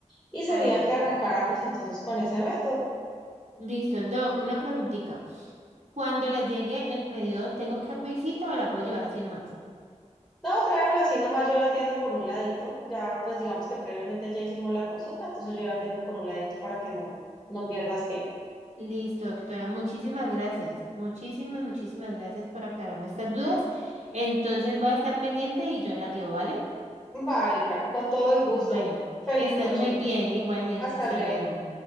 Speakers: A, in the centre; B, on the right (about 70°).
A: Y sería
B: ah, ok.
A: que arrancáramos entonces con ese método.
B: Listo, Doc, una preguntita. Cuando le llegue el pedido, ¿tengo que pedir cita o la puedo llevar así nomás?
A: No, tráemela así nomás, yo la atiendo por un ladito. Ya, pues digamos que previamente ya hicimos la consulta, entonces yo la atiendo por un ladito para que no, no pierdas tiempo.
B: Listo, doctora, muchísimas gracias. Muchísimas, muchísimas gracias por aclararme estas dudas. Entonces voy a estar pendiente y yo las llevo, ¿vale?
A: Vale, Karen, con todo el gusto.
B: Bueno,
A: Feliz
B: que estés
A: noche.
B: muy bien, igualmente.
A: Hasta
B: Hasta
A: luego.
B: luego.